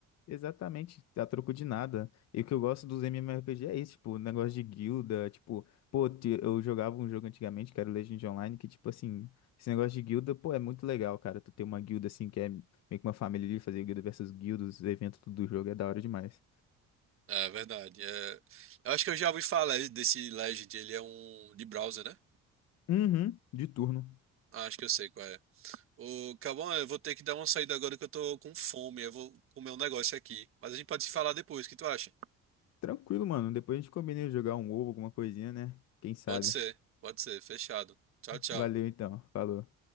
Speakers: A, on the left; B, on the right.
A: Exatamente, a troco de nada. E o que eu gosto dos MMORPG é isso, tipo, o negócio de guilda, tipo, pô, te- eu jogava um jogo antigamente que era o Legend Online, que, tipo assim, esse negócio de guilda, pô, é muito legal, cara. Tu ter uma guilda assim, que é meio que uma família ali, fazer guilda versus guilda, os eventos tudo do jogo, é da hora demais.
B: É verdade. É... Eu acho que eu já ouvi falar desse Legend, ele é um de browser, né?
A: Uhum, de turno.
B: Ah, Acho que eu sei qual é. Ô, Cauã, eu vou ter que dar uma saída agora que eu tô com fome. Eu vou comer um negócio aqui. Mas a gente pode se falar depois, o que tu acha?
A: Tranquilo, mano. Depois a gente combina de jogar um ovo, alguma coisinha, né? Quem sabe.
B: Pode ser, pode ser. Fechado. Tchau, tchau.
A: Valeu então, falou.